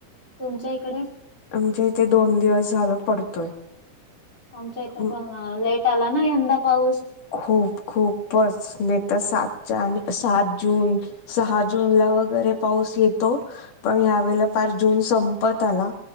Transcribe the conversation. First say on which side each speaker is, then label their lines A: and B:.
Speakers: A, on the left; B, on the left.
A: तुमच्या इकडे-
B: आमच्या इथे दोन दिवस झाल पडतोय.
A: आमच्या इथं
B: म-
A: पण लेट आला ना यंदा पाऊस
B: खूप खूपच नाही तर सातच्या आणि सात जून सहा जून ला वगैरे पाऊस येतो पण ह्यावेेळेला फार जून संपत आला